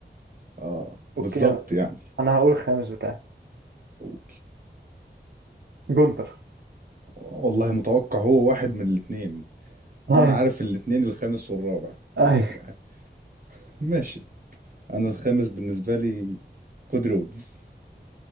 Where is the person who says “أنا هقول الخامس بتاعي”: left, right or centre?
Right